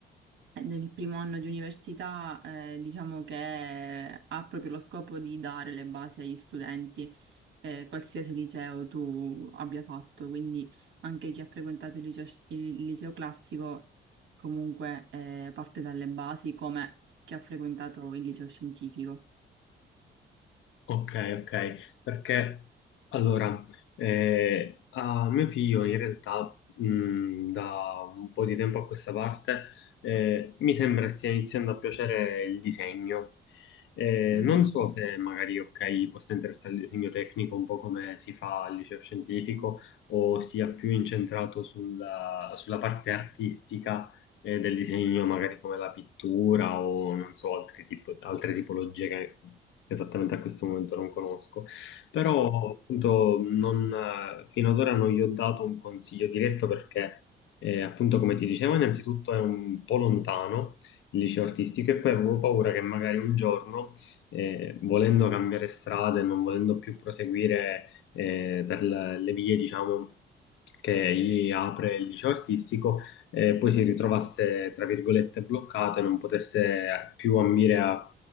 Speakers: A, on the right (about 70°); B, on the left (about 75°).
A: eh, nel primo anno di università eh, diciamo che ha proprio lo scopo di dare le basi agli studenti eh, qualsiasi liceo tu abbia fatto, quindi anche chi ha frequentato il liceo, il liceo classico comunque eh, parte dalle basi come chi ha frequentato il liceo scientifico.
B: Ok, ok, perché allora, eh, a mio figlio in realtà mh, da un po' di tempo a questa parte eh, mi sembra stia iniziando a piacere il disegno. Eh,
A: Mhm.
B: non so se magari, ok, possa interessare il disegno tecnico un po' come si fa al liceo scientifico o sia più incentrato sulla, sulla parte artistica eh, del disegno, magari come la pittura o non so, altri tipo- altre tipologie che esattamente a questo momento non conosco. Però appunto non, eh, fino ad ora non gli ho dato un consiglio diretto perché eh, appunto come ti dicevo innanzitutto è un po' lontano il liceo artistico e poi avevo paura che magari un giorno eh, volendo cambiare strada e non volendo più proseguire eh, per le le vie diciamo che gli apre il liceo artistico eh, poi si ritrovasse, tra virgolette, bloccato e non potesse più ambire a